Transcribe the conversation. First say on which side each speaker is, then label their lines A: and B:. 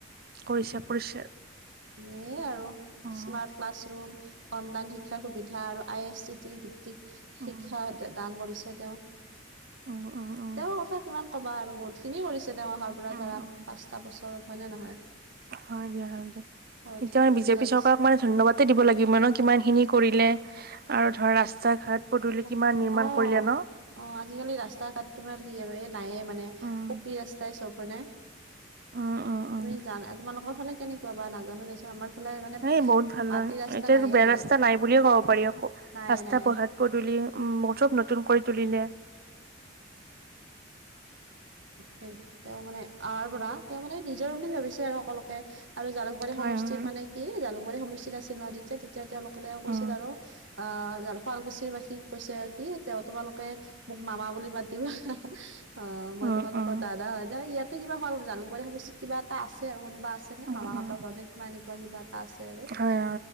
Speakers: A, on the right (about 50°); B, on the right (about 70°).
A: কৰিছে কৰিছে
B: এ, আৰু
A: উম।
B: স্মাৰ্ট ক্লাছৰুম, অনলাইন শিক্ষাৰ সুবিধা আৰু আই এছ চি টি
A: উম
B: শিক্ষা দান কৰিছে, তেওঁ।
A: উম উম উম
B: তেওঁৰ কথা কিমান কবা আৰু বহুত খিনি কৰিছে, তেওঁ অহাৰ পৰা
A: উম
B: ধৰা
A: উম,
B: পাঁচটা বছৰত। হয়নে, নহয়।
A: হয়, দিয়া হয়, দিয়া
B: বহুত
A: এতিয়া
B: খিনি
A: মানে
B: সুবিধা
A: বিজেপি চৰকাৰক
B: দিছে
A: মানে ধন্যবাদ দিব লাগিব ন, কিমান খিনি। কৰিলে, আৰু ধৰা, ৰাস্তা, ঘাট পদূলি
B: অ',
A: কিমান নিৰ্মাণ কৰিলে ন
B: অ', আজিকালি ৰাস্তা, ঘাট তোমাৰ কি আৰু এই নায়ে মানে
A: উম
B: পকি ৰাস্তাই চব মনে তুমি
A: উম উম উম
B: জানা তোমালোকৰ ফালে কেনেকুৱা বা নাজানো দেচোন আমাৰ ফালে মানে
A: এ, বহুত ভাল
B: মাটি
A: হয়।
B: ৰাস্তা
A: এতিয়ো
B: নাইয়ে
A: বেয়া ৰাস্তা
B: আৰু
A: নাই বুলিয়ে ক'ব পাৰি আকৌ
B: নাই
A: ৰাস্তা,
B: নাই
A: পাত, পদূলি উম, মুঠত চব নতুন কৰি তুলিলে।
B: দে, তেওঁ মানে আহাৰ পৰা তেওঁ মানে নিজৰ বুলি ভাবিছে আৰু সকলোকে। আৰু জালুকবাৰী
A: হয়
B: সমষ্টিত
A: হয়
B: মানে কি জালুকবাৰী সমষ্টিত আছিল ন, তেতিয়া, তেতিয়া, তেওঁলোকে তেওঁ কৈছিল
A: উম
B: আৰু। অ, শুৱালকুছিৰ বাসীক কৈছে আৰু কি তেওঁ তোমালোকে মোক মামা বুলি মা টো, অ, মই
A: উম
B: তোমালোকৰ
A: উম
B: দাদা হয়, ন, ইয়াত এ, কিবা খোৱা জালুকবাৰী সমষ্টিত কিবা এটা আছে আৰু কোনোছে
A: উম
B: মামাহ ঘতৰেবা
A: উম
B: এনেকুৱা কিবা এটা আছে আৰু
A: হয়,